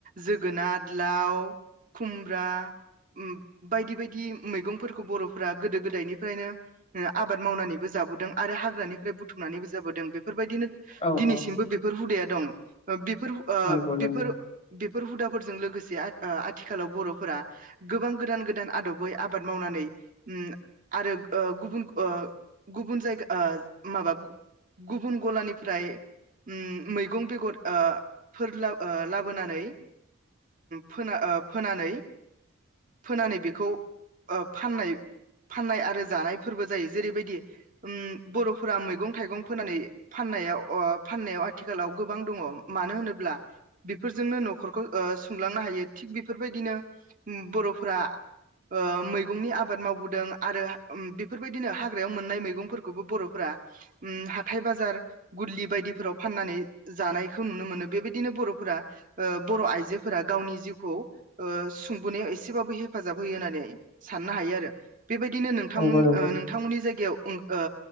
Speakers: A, on the right (about 35°); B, on the left (about 30°).
A: जोगोनार, लाव, खुमब्रा उम बायदि बायदि मैगंफोरखौ बर'फोरा गोदो गोदायनिफ्रायनो आबाद मावनानैबो जाबोदों आरो हाग्रानिफ्राय बु थुमनानैबो जाबोदों बे फोरबायदिनो
B: औ
A: दिनैसिमबो
B: औ
A: बेफोर हुदाया दं ओ बि फोर ओ
B: नंगौ नंगौ
A: बिफोर बिब फोर हुदाफोरजों लोगोसे आ आथिखालाव बर'फोरा गोबां गोदान गोदान आदबै आबाद मावनानै उम आरो ओ गुबन ओ गुबुन जाय माबा गुबुन गलानिफ्राय उम मैगं बेगर ओ फोरला ओ लाबोनानै फोना ओ फोनानै फोनानै बेखौ ओ फाननाय फाननाय आरो जानाय फोरबो जायो जेरैबायदि उम बर'फोरा मेगं थाइगं फोनानै फाननायाव अ फाननायाव आथिखालाव गोबां दङ मानो होनोब्ला बेफोरजोंनो न'खरखौ ओ सुंलांनो हायो थिग बि फोर बायदिनो बरफ फोरा ओ मैगंनि आबाद मावबोदों आरो बेफोर बायदिनो हाग्रायाव मोननाय मैगंफोरखौबो बर'फोरा उम हाथाय बाजार गोरलि बायदिफोराव फाननानै जानायखौ नुनो मोनो बेबायदिनो बर'फोरा ओ बर' आइजोफोरा गावनि जिउखौ ओ सुंबोनायाव एसेबाबो हेफाजाब होयो होननानै साननो हायो आरो। बेबायदिनो नोंथांमोन
B: नंगौ नंगौ
A: ओ नोंथांमोननि जायगायाव ओम ओ